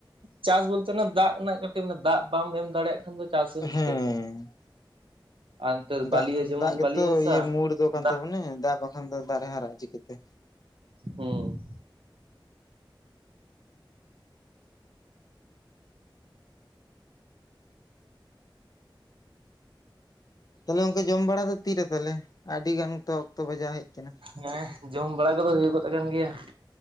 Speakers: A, on the right; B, on the left.
A: ᱪᱟᱥ ᱵᱚᱞᱛᱮ ᱚᱱᱟ ᱫᱟᱜ ᱨᱮᱱᱟᱜ ᱠᱟᱹᱴᱤᱡ ᱢᱟᱱᱮ ᱫᱟᱜ ᱵᱟᱢ ᱮᱢ ᱫᱟᱲᱮᱭᱟᱜ ᱠᱷᱟᱱ ᱫᱚ ᱪᱟᱥ ᱤᱧ
B: ᱦᱮᱸ
A: ᱪᱤᱠᱟᱹᱛᱮ? ᱟᱨ ᱱᱚᱛᱮ
B: ᱫᱟᱜ
A: ᱵᱟᱹᱞᱤᱭᱟ ᱡᱮᱢᱚᱱ
B: ᱫᱟᱜ ᱜᱮᱛᱚ
A: ᱵᱟᱹᱞᱤ ᱦᱟᱥᱟ
B: ᱤᱭᱟᱹ ᱢᱩᱲ ᱫᱚ ᱠᱟᱱ
A: ᱫᱟᱜ
B: ᱛᱟᱵᱚᱱᱟ ᱫᱟᱜ ᱵᱟᱠᱷᱟᱱ ᱫᱚ ᱫᱟᱨᱮ ᱦᱟᱨᱟᱜ-ᱟ ᱪᱤᱠᱟ. ᱛᱮ
A: ᱦᱩᱸ
B: ᱛᱟᱦᱮᱞᱮ ᱚᱱᱠᱟ ᱡᱚᱢ ᱵᱟᱲᱟ ᱫᱚ ᱛᱤᱨᱮ ᱛᱟᱞᱮ? ᱟᱹᱰᱤ ᱜᱟᱱ ᱛᱚ ᱚᱠᱛᱚ ᱵᱟᱡᱟᱣ ᱦᱮᱡ ᱠᱟᱱᱟ᱾
A: ᱦᱮᱸ ᱡᱚᱢ ᱵᱟᱲᱟ ᱠᱚᱫᱚ ᱦᱩᱭ ᱜᱚᱫ ᱟᱠᱟᱱ ᱜᱮᱭᱟ